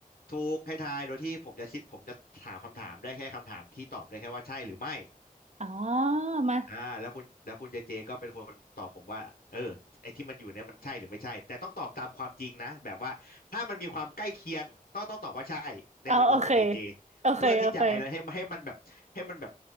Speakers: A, on the left; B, on the right.
A: ถูกให้ทายโดยที่ผมจะคิดผมจะถามคำถามได้แค่คำถามที่ตอบได้แค่ว่าใช่หรือไม่
B: อ๋อมา
A: อ่าแล้วคุณแล้วคุณเจเจก็เป็นคนตอบผมว่าเออไอ้ที่มันอยู่เนี่ยมันใช่หรือไม่ใช่แต่ต้องตอบตามความจริงนะแบบว่าถ้ามันมีความใกล้เคียงต้องต้องตอบว่าใช่ในมุมมองคุณเจเจ
B: เอาโอเคโอเคโอเค
A: เพื่อที่จะอะไรให้ให้มันแบบให้มันแบบ